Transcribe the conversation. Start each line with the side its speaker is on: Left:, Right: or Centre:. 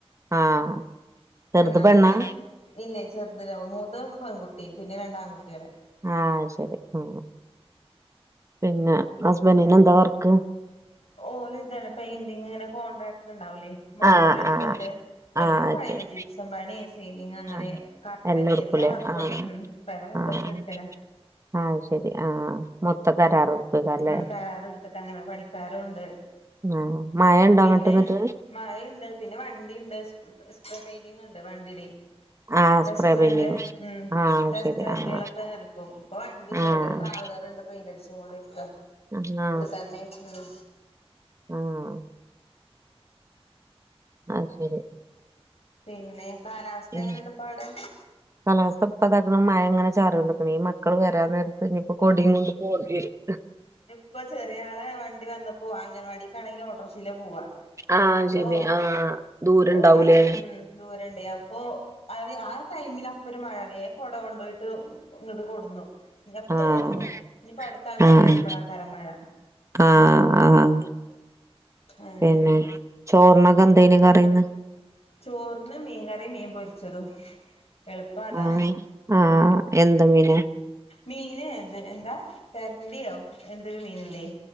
Right: ആഹ് ചെറുത്
Left: രണ്ടാത്
Right: പെണ്ണാ
Left: പിന്നെ ഇല്ലേ. ചെറുതിന് മൂത്ത പെൺകുട്ടി പിന്നെ രണ്ടാൺകുട്ട്യേള്.
Right: ആഹ് അത് ശരി ആ പിന്നെ ഹസ്ബന്റിന് എന്താ വർക്ക്.
Left: ഓല് ഇതാണ് പെയിന്റിങ്ങാണ്. കോൺട്രാക്ടർ ഇണ്ടാവൂലേ മൊത്തത്തില്
Right: ആഹ്
Left: എടുത്തിട്ട്
Right: ആഹ്
Left: എല്ലാ
Right: ആഹ്
Left: പണിയണ്ട്
Right: ശരി
Left: ജിപ്സം പണി. സീലിങ് അങ്ങനെ
Right: ആഹ്
Left: കർട്ടന്റെ
Right: എല്ലാം എടുക്കൂലേ
Left: എല്ലാ വർക്കും
Right: ആഹ്
Left: ഉണ്ട് ഉം പെര മൊത്തത്തിൽ
Right: ആഹ്
Left: എടുക്കല.
Right: ആഹ് ശരി ആഹ് മൊത്ത കരാറെടുപ്പേക്കാരല്ലേ
Left: മ് കരാർ എടുത്തിട്ട് അങ്ങനെ പണിക്ക ക്കാരുണ്ട്
Right: ആഹ് മഴ ഉണ്ടോ
Left: പിന്നെ.
Right: അങ്ങട്ട് എന്നിട്ട്
Left: മഴയുണ്ട് പിന്നെ വണ്ടിണ്ട് സ്പ്രേ പെയിന്റങ് ഉണ്ട് വണ്ടിടെ
Right: ആഹ്
Left: ടെസ്റ്റ്
Right: സ്പ്രേ
Left: വണ്ടി
Right: പെയിന്റിങ്
Left: ഉം
Right: ആഹ്
Left: ടെസ്റ്റ്
Right: ശരി
Left: വണ്ടികളൊക്കെ
Right: ആഹ്
Left: എടുക്കും ഇപ്പൊ വണ്ടിണ്ട്
Right: ആഹ്
Left: ഇവിടെ ട്രാവലർണ്ട്. പെയിന്റടിച്ങ്ങോണ്ടിരിക്ക
Right: അഹാ
Left: തന്നെ മ്മ്
Right: ആഹ് അത് ശരി
Left: പിന്നെ കാലാവസ്ഥ
Right: ഉം
Left: എങ്ങനെണ്ട്പ്പവടെ?
Right: കാലാവസ്ഥ ഇപ്പതാക്കണ്‌ മഴ ഇങ്ങനെ ചാറിയോണ്ടുക്ക്‌ണു ഈ മക്കൾ വരാൻ നേ ഞ്ഞിപ്പോ കോടേം കൊണ്ട് പോണ്ടി വരും
Left: ഇപ്പൊ ചെറിയ ആളെ വണ്ടി വന്നപ്പോ അംഗൻവാടീക്കാണെങ്കിലും ഓട്ടോറിഷീല പോവാ.
Right: ആഹ്
Left: അപ്പൊ
Right: ശരി ആഹ് ദൂരണ്ടാവൂലേ
Left: വണ്ടി ഉം ദൂരണ്ടേയ് അപ്പോ അപ്പൊ അത് ആ ടൈമിൽ അപ്പരു മഴപെയ്യും കുട കൊണ്ടു പോയിട്ട് ഇങ്ങട്ട് കൊടുന്നു ഇനി അപ്പൊ
Right: ആഹ്
Left: തോർന്നു ഇനിയിപ്പ അടുത്ത ആൾക്കാര്
Right: ആഹ്
Left: വരുമ്പോളക്കാരം മഴ.
Right: ആഹ് ആഹ്
Left: അങ്ങനെ
Right: പിന്നെ ചോർനോക്കെന്തേയ്ന് കറിന്ന്?
Left: ചോറിന് മീൻ കറി മീൻ പൊരിച്ചതും എളുപ്പതാ
Right: ആഹ് ആഹ് എന്ത് മീന
Left: മീന് ത് എന്താ തെരണ്ടിയോ എന്തൊരു മീനില്ലേ